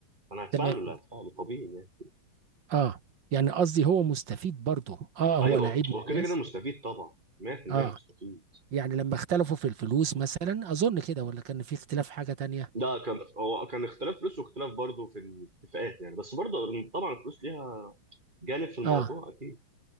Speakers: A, on the right; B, on the right.
A: انا هتفعله
B: تمام
A: لا هتفعله طبيعي يعني
B: اه يعني قصدي هو مستفيد برضه اه
A: ايوه
B: هو لعيب
A: هو
B: ممتاز
A: كده يعني كده مستفيد طبعا 100%
B: اه
A: مستفيد
B: يعني لما اختلفوا في الفلوس مثلا اظن كده ولا كان في اختلاف حاجه تانية
A: ده كان هو كان اختلاف فلوس واختلاف برضه في الاتفاقات يعني بس برضه طبعا الفلوس ليها جانب في الموضوع
B: اه
A: اكيد